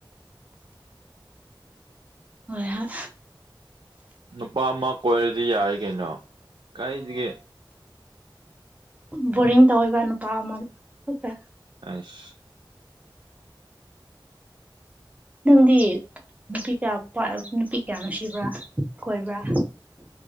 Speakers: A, on the right (about 15°); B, on the right (about 70°).
A: ꯍꯣꯏ ꯍꯣꯏ
B: ꯅꯨꯄꯥ ꯑꯃ ꯀꯣꯏꯔꯗꯤ ꯌꯥꯔ‌ꯦ ꯀꯩꯅꯣ ꯀꯥꯏꯗꯒꯤ
A: ꯕꯣꯔꯤꯡ ꯇꯧꯋ‌ꯦꯕ ꯅꯨꯄꯥ ꯑꯃ ꯈꯛꯇ
B: ꯑꯁ
A: ꯅꯪꯗꯤ ꯅꯨꯄꯤ ꯀꯌꯥ ꯅꯨꯄꯤ ꯀꯌꯥ ꯅꯨꯡꯁꯤꯕ꯭ꯔꯥ ꯀꯣꯏꯕ꯭ꯔꯥ